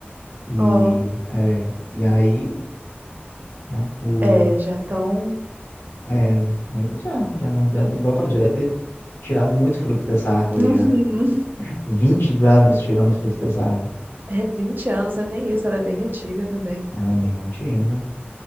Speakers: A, on the left; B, on the right.
A: E,
B: ó.
A: é, e aí, né, o...
B: É, já estão.
A: É, ele já, já não, já- igual eu falei, já deve ter tirado muito fruto dessa árvore
B: Uhum.
A: já.
B: <laughs>
A: vinte anos tirando fruto dessa árvore.
B: É 20 anos, até isso, ela é bem antiga também.
A: Ela é bem antiga.